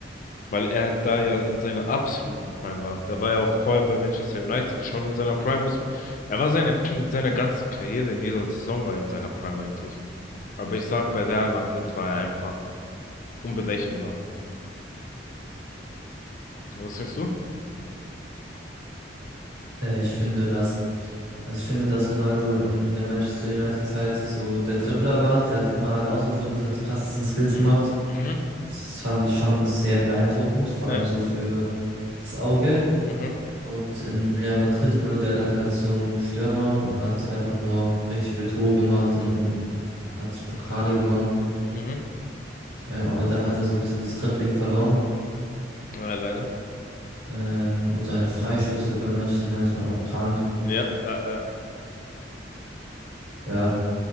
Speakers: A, on the left; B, on the right.
A: Weil er da ja in seiner absoluten Prime war. Da war er auch vorher bei Manchester United schon in seiner Prime. Muss man, er war seine, in seiner ganzen Karriere, in jeder Saison war er in seiner Prime eigentlich. Aber ich sag, bei Real Madrid war er einfach unberechenbar. Was denkst du?
B: Äh, Ich finde, dass, also ich finde, dass Ronaldo in der Manchester United-Zeit so der Dribbler war. Der hat immer alle ausgedribbelt, hat die krassesten Skills
A: Mhm.
B: gemacht.
A: Mhm.
B: Das fand ich schon sehr beeindruckend, vor
A: Äh,
B: allem so für das Auge.
A: Mhm.
B: Und in Real Madrid wurde der dann halt zum Stürmer und hat einfach nur richtig viele Tore gemacht und hat Pokale gewonnen.
A: Mhm.
B: Ähm, aber da hat er so ein bisschen das Dribbling verloren.
A: Ja, leider.
B: Ähm, und seine Freistöße bei Manchester United waren auch krank.
A: Ja, ja, ja.
B: Ja.